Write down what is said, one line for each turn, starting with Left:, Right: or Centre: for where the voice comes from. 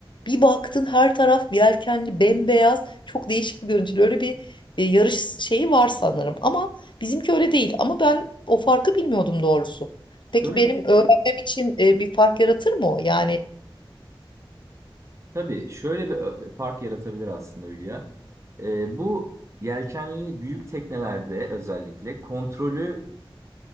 Left: bir baktın her taraf yelkenli bembeyaz çok değişik bir görüntülü öyle bir e, yarış şeyi var sanırım ama Bizimki öyle değil ama ben o farkı bilmiyordum doğrusu. Peki
Right: Şöyle
Left: benim öğrenmem için e, bir fark yaratır mı o? Yani
Right: tabii şöyle bir ö- fark yaratabilir aslında Hülya. E, bu yelkenli büyük teknelerde özellikle kontrolü